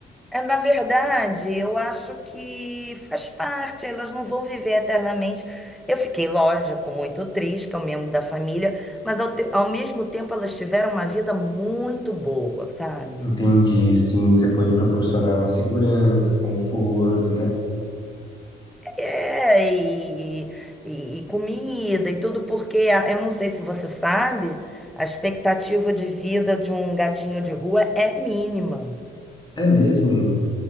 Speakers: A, in the centre; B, on the left.
A: é, na verdade, eu acho que faz parte, elas não vão viver eternamente. Eu fiquei, lógico, muito triste, que é um membro da família, mas ao, te- ao mesmo tempo elas tiveram uma vida muito boa, sabe?
B: Entendi, sim, você pode proporcionar uma segurança, conforto, né?
A: É, e, e- e comida e tudo, porque a- eu não sei se você sabe, a expectativa de vida de um gatinho de rua é mínima.
B: É mesmo?